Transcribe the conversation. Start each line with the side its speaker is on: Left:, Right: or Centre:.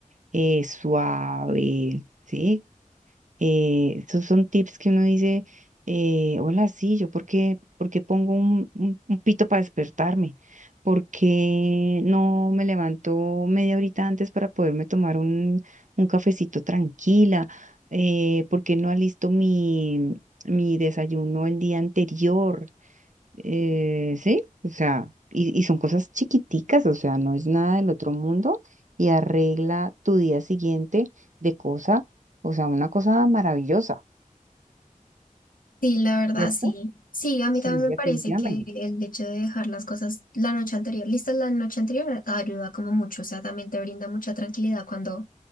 Right: eh, suave, ¿sí? Eh, estos son tips que uno dice, eh, hola, sí, yo por qué, por qué pongo un, un- un pito para despertarme, por qué no me levanto media horita antes para poderme tomar un, un cafecito tranquila, eh, por qué no alisto mi, mi desayuno el día anterior eh, sí, o sea, y, y son cosas chiquiticas, o sea, no es nada del otro mundo y arregla tu día siguiente de cosa, o sea, una cosa maravillosa,
Left: sí, la verdad,
Right: ¿cierto?
Left: sí. Sí, a mí
Right: Sí,
Left: también
Right: definitivamente.
Left: me parece que el hecho de dejar las cosas la noche anterior, listas la noche anterior, ayuda como mucho, o sea, también te brinda mucha tranquilidad cuando